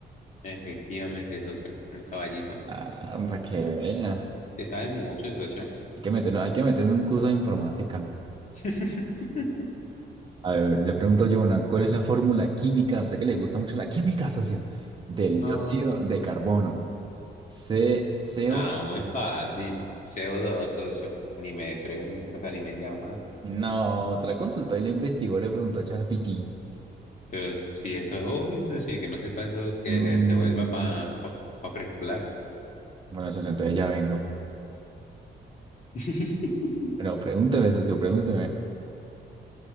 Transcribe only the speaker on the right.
Ah, para que vea.
Hay que meterlo, hay que meterme un curso de informática.
A ver, le pregunto yo una, ¿cuál es la fórmula química? A usted que le gusta mucho la química, socio. Del
dióxido de carbono. C, CO.
No, te la consultó y le investigó, le preguntó a ChatGPT.
Mm,
Bueno, socio, entonces ya vengo.
Pero pregúnteme, socio, pregúnteme.